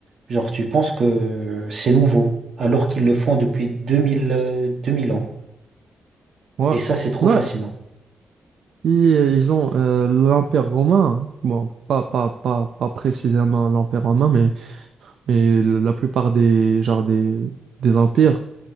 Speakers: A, on the right; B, on the right.
A: genre tu penses que c'est nouveau, alors qu'ils le font depuis deux mille euh, deux mille ans.
B: Ouais.
A: Et ça, c'est trop
B: Non,
A: fascinant.
B: ils, ils ont euh, l'Empire romain, bon, pas, pas, pas, pas précisément l'Empire romain, mais Mais le- la plupart des, genre des, des empires,